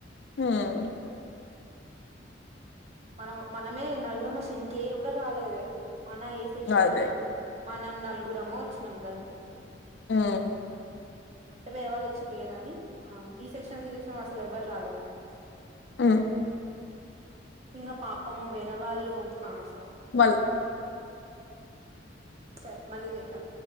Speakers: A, on the left; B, on the right.
A: హ్మ్
B: మనము మనమే నలుగురం సి ఇంక ఎవ్వరు రాలేదే మన ఏ సెషన్లో.
A: అదే
B: మనం నలుగురము వచ్చినం గంతే.
A: హ్
B: అంటే వేరే వాళ్ళు వచ్చిర్లే గాని. ఆ బి సెక్షన్, సి సెక్షన్ వాళ్ళు అసలు ఎవరు రాలేదంటా.
A: హ్
B: ఇంగ పాపము వేరే వాళ్ళు ఆ సరే.
A: వళ్
B: సరే మళ్ళీ చేద్దాం.